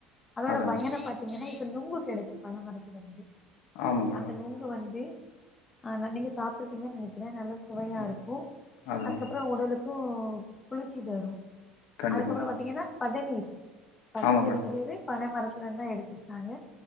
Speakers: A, on the left (about 20°); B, on the left (about 75°).
A: அதோட
B: அதான்
A: பயன
B: மேடம்
A: பாத்தீங்கன்னா இப் ப நுங்கு கெடைக்கு பன மரத்துலருந்து
B: ஆமா மேடம்
A: அந்த நுங்கு வந்து ஆனா நீங்க சாப்ட்ருப்பீங்கன் நெனைக்கிறே நல்ல சுவையா
B: ஆ-
A: இருக்கு
B: அதான்
A: அதுக்கப்ற
B: மேடம்
A: உடலுக் கு குளிர்ச்சி தரு
B: கண்டிப்பா
A: அதுக்கப்புற
B: மேடம்
A: பாத்தீங்கன்னா பதநீர் பதநீருங்கிறது
B: ஆமா மேடம்
A: பனமரத்துலந்தா எடுத்துர்க்காங்க